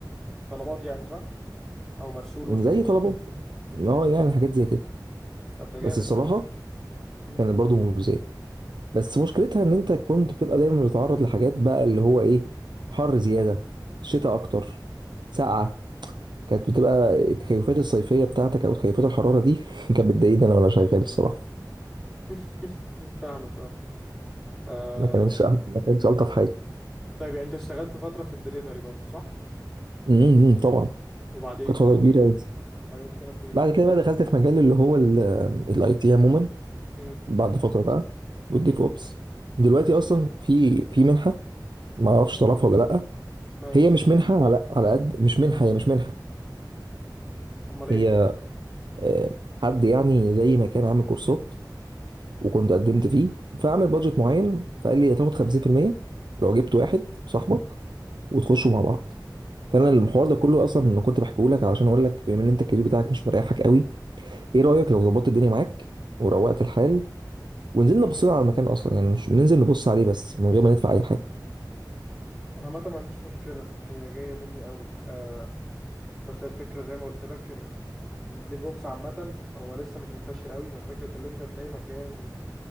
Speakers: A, in the centre; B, on the right.
A: طلبات يعني صح او مرسول
B: زي
A: والحاجات
B: طلبات اه
A: دي.
B: يعني حاجات زي كده
A: طب ده جامد
B: بس الصراحه
A: مم.
B: كانت برضو مجزيه بس مشكلتها ان انت كنت بتبقى دايما بتتعرض لحاجات بقى اللي هو ايه حر زياده شتاء اكتر سقعه كانت بتبقى التكيفات الصيفيه بتاعتك او تكيفات الحراره دي <laughs> كانت بتضايقني انا وانا شغال الصراحه
A: <laughs> فاهمك اه آه،
B: ما كانتش ما
A: يعني
B: كانتش
A: دي-
B: الطف
A: دي-
B: حاجه
A: طيب يعني انت اشتغلت فتره في الدليفري برضه صح
B: امم طبعا
A: وبعدين
B: كانت فتره كبيره قوي
A: بعدين اشتغلت
B: بعد كده بقى دخلت في مجال اللي هو الاي تي عموما
A: ايه
B: بعد فتره بقى والديف اوبس دلوقتي اصلا في في منحه ما اعرفش تعرفها ولا لا
A: اسمها ايه
B: هي مش منحه على على قد مش منحه هي مش منحه
A: امال
B: هي
A: ايه
B: آه، حد يعني زي ما كان عامل كورسات وكنت قدمت فيه فعمل بادجت معين فقال لي هتاخد 50% لو جبت واحد صاحبك وتخشوا مع بعض فانا المحور ده كله اصلا انا كنت بحكيه لك علشان اقول لك بما ان انت الكارير بتاعك مش مريحك قوي ايه رايك لو ظبطت الدنيا معاك وروقت الحال ونزلنا بصينا على المكان اصلا يعني ننزل نبص عليه بس من غير ما ندفع اي حاجه
A: انا عامه ما عنديش مشكله هي جايه مني قوي آه بس هي الفكره زي ما قلت لك ان الديف اوبس عامه هو لسه مش منتشر قوي ففكره ان انت تلاقي مكان